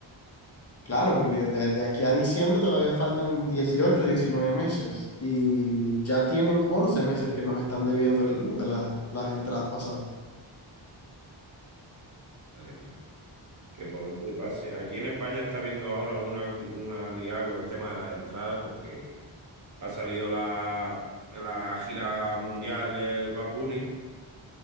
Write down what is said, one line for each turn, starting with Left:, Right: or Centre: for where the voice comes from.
Left: Claro, porque de, de aquí a diciembre todavía faltan 18, 19 meses y ya tienen 11 meses que nos están debiendo el- lo de la- las entradas pasadas.
Right: madre mía. Que por nadie pase. Aquí en España está viendo ahora una, una liada con el tema de las entradas porque ha salido la, la gira mundial del Bad Bunny